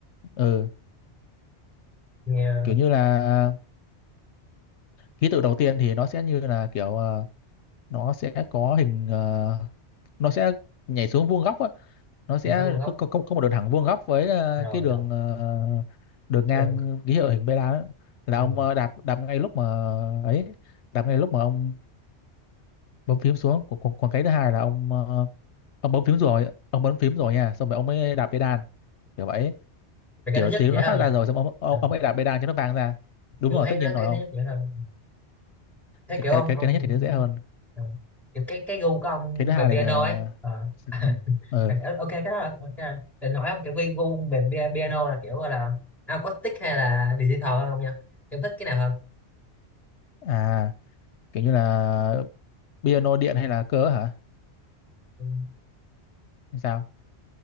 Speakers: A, on the left; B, in the centre.
A: ừ
B: nghe
A: kiểu như là ký tự đầu tiên thì nó sẽ như là kiểu ờ, nó sẽ có hình ờ, nó sẽ nhảy xuống vuông góc á nó sẽ
B: thì nó luôn gốc
A: có, có, có có một đường thẳng vuông góc với ờ,
B: rồi
A: cái đường
B: rồi
A: ờ, đường ngang
B: Được.
A: ký hiệu hình beta đó là ông
B: ừ.
A: ờ, đạp đạp ngay lúc mà ấy đạp ngay lúc mà ông bấm phím xuống còn, còn, còn cái thứ hai là ông ờ, ông bấm phím rồi ông bấm phím rồi nha xong rồi ông mới đạp pedal kiểu vậy
B: vậy cái
A: kiểu
B: thứ nhất
A: tiếng
B: dễ
A: nó
B: hơn
A: phát
B: nha
A: ra rồi xong ông ông,
B: ừ.
A: ông mới đạp pedal cho nó vang ra đúng
B: kiểu
A: rồi
B: thấy
A: tất
B: nó
A: nhiên rồi
B: cái
A: ông
B: thứ nhất dễ hơn thế
A: cái
B: kiểu ông
A: cái cái,
B: ông
A: cái thứ nhất thì nó dễ hơn
B: ừ. kiểu cái cái gu của ông
A: cái thứ hai
B: về
A: này
B: piano
A: là
B: ấy Ờ.
A: sao
B: <laughs>
A: không ừ
B: À, kiểu- ok cái đó là ok rồi. định hỏi ông kiểu vi gu về pi- piano là kiểu gọi là acoustic hay là digital hơn không nha em thích cái nào hơn
A: à kiểu như là piano điện hay là cơ hả
B: Ừ.
A: hay sao